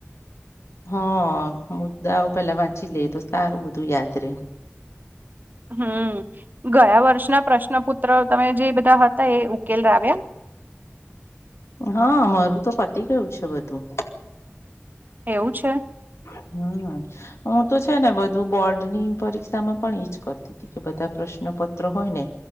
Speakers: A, on the left; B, on the right.
A: હ, મુદ્દા આવ પેલા વાંચી લે તો સારું બધું યાદ રે.
B: હમ, ગયા વર્ષના પ્રશ્ન પુત્ર તમે જે બધા હતા એ ઉકેલ ર આવ્યા?
A: હા મારું તો પતિ ગયું છે બધું.
B: એવું છે?
A: હમ હું તો છે ને બધું બોર્ડ ની પરીક્ષા માં પણ જ કરતી. કે બધા પ્રશ્ન પત્ર હોય ને,